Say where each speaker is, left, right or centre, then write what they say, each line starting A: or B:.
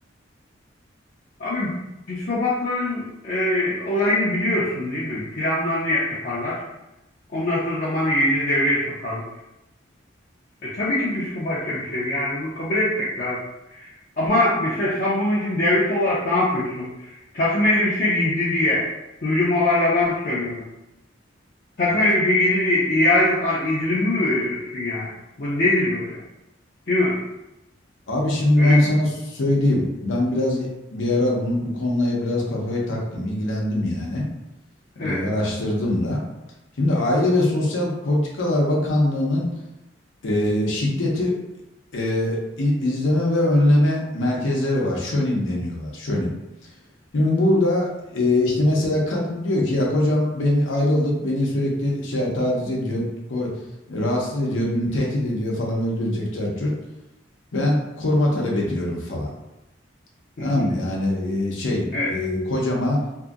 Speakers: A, on the left (about 45°); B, on the left (about 80°).
A: Abi psikopatların e, olayını biliyorsun değil mi? Planlarını yaparlar. Ondan sonra zamanı gelince devreye sokarlar. E tabii ki psikopatça bir şey. Yani bunu kabul etmek lazım. Ama mesela sen bunun için devlet olarak ne yapıyorsun? Takım elbise giydi diye duyduğum olaylardan söylüyorum. Takım
B: Evet.
A: elbise giydi diye ihale a- indirimi mi veriyorsun yani? Bu nedir böyle? Değil mi?
B: Abi şimdi
A: Böyle
B: ben
A: bir-
B: sana söyleyeyim. Ben biraz bir ara bunu, bu konuya biraz kafayı taktım, ilgilendim yani.
A: evet.
B: Ee, araştırdım da. Şimdi Aile ve Sosyal Politikalar Bakanlığı'nın e, şiddeti e, i- izleme ve önleme merkezleri var. Şönim deniyorlar. Şönim. Şimdi burada e, işte mesela kadın diyor ki ya kocam beni ayrıldık beni sürekli şey taciz ediyor ko- rahatsız ediyor beni tehdit ediyor falan öldürecek cart curt. Ben koruma talep ediyorum falan.
A: Hı
B: Tamam
A: hı.
B: mı? Yani e, şey
A: Evet.
B: e, kocama